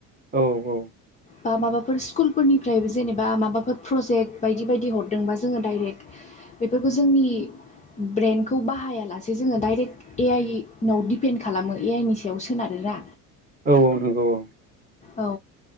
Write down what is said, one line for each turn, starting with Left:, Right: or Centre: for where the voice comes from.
Right: औ-औ।
Left: बा माबाफोर स्कुलफोरनिफ्रायबो जेनेबा माबाफोर प्रजेक्ट बायदि बायदि हरदोंबा जोङो डाइरेक्ट। बेफोरखौ जोंनि। ब्रेेनखौ बाहायालासे जोङो डाइरेक्ट ए-आइनाव दिडपेन्ड खालामो ए-आइ नि सायाव सोनारो। बा।
Right: औ-औ नंगौ औ ‌
Left: औ।